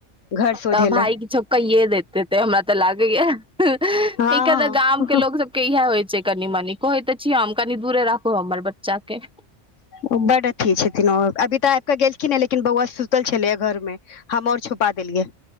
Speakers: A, on the left; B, in the centre.
A: घर शोधे
B: तऽ भाय
A: लए
B: किछो कैेयेऽ देतैऽ। ते हमरा तऽ लागैयैऽ।
A: हँ
B: एका त गाम के लोक सब यैह होइ छै कनि मनी। कहै तऽ छी हम, कनि दूरे राखू हपन बच्चा के।
A: ओ बड्ड अथी छथिन ओ। अभी तऽ आब कऽ गेलखिनहें, लेकिन बौआ सुतल छलै घरमे। हम और छुपा देलियय।